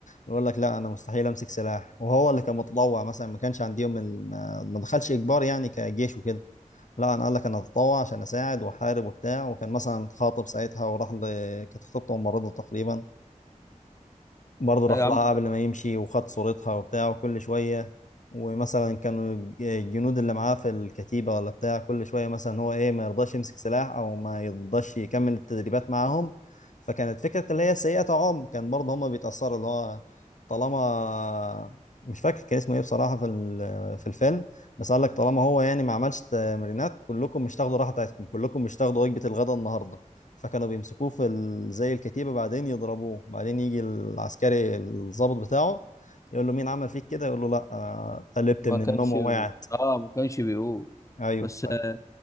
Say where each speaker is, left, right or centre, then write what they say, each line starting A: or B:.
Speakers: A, on the left; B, on the left.
A: يقول لك لا انا مستحيل امسك سلاح وهو اللي كان متطوع مثلا ما كانش عندهم ال- ما ما دخلش اجبار يعني كجيش وكده لا انا قال لك انا اتطوع عشان اساعد واحارب وبتاع وكان مثلا خاطب ساعتها وراح ل... كانت خطيبته ممرضه تقريبا برضه راح
B: أيوة يا
A: لها
B: عم
A: قبل ما يمشي وخد صورتها وبتاع وكل شوية ومثلا كانوا الج- الجنود اللي معاه في الكتيبة ولا بتاع كل شوية مثلا هو إيه ما يرضاش يمسك سلاح أو ما يرضاش يكمل التدريبات معاهم فكانت فكرة اللي هي سيئة عم كان برضه هما بيتأثروا اللي هو طالما مش فاكر كان اسمه إيه بصراحة في ال- في الفيلم بس قال لك طالما هو يعني ما عملش تمرينات كلكم مش تاخدوا راحة بتاعتكم كلكم مش تاخدوا وجبة الغداء النهاردة فكانوا بيمسكوه في ال- زي الكتيبة بعدين يضربوه بعدين يجي العسكري الضابط بتاعه يقول له مين عمل فيك كده يقول له لا آه، قلبت
B: ما
A: من
B: كانش
A: النوم ووقعت
B: اه ما كانش بيقول
A: ايوه
B: بس آه،